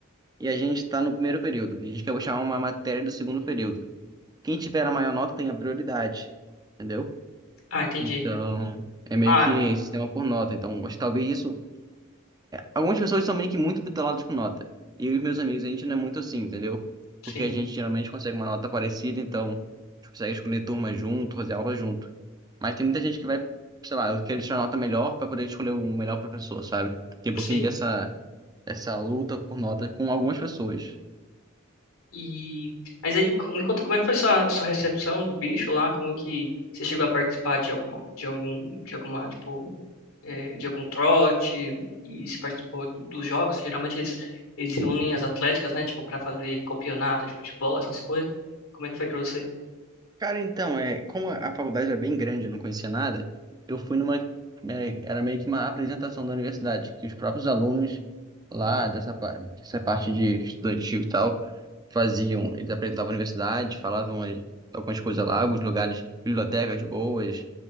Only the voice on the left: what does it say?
Ah, entendi.
Ah,
sim,
sim.
E mas aí co- me conta como é que foi sua sua recepção do bicho lá, como que você chegou a participar de algum de algum de alguma tipo eh, de algum trote e se participou do- dos jogos, geralmente eles eles reúnem as atléticas, né, tipo para fazer campeonato de futebol, essas coisas. Como é que foi pra você?